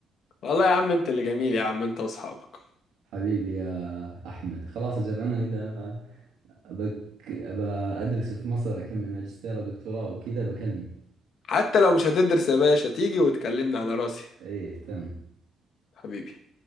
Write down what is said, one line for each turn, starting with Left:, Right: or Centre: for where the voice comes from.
Left: والله يا عم أنت اللي جميل يا عم أنت وأصحابك
Right: حبيبي يا احمد خلاص اجل انا اذا بك... ابى ادرس في مصر اكمل ماجستير ودكتوراه وكذا بكلمك
Left: حتى لو مش هتدرس يا باشا تيجي وتكلمنا على راسي
Right: ايه تم
Left: حبيبي